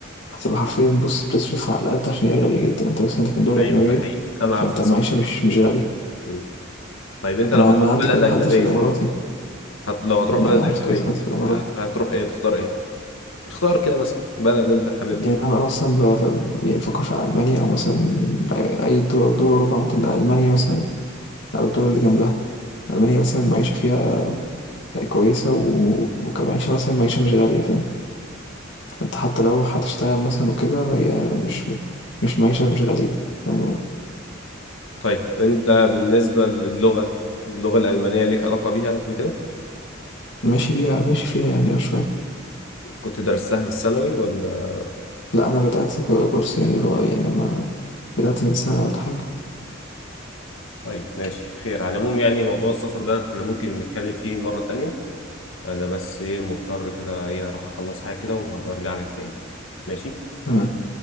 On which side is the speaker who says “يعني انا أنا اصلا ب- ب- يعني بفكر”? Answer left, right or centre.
Left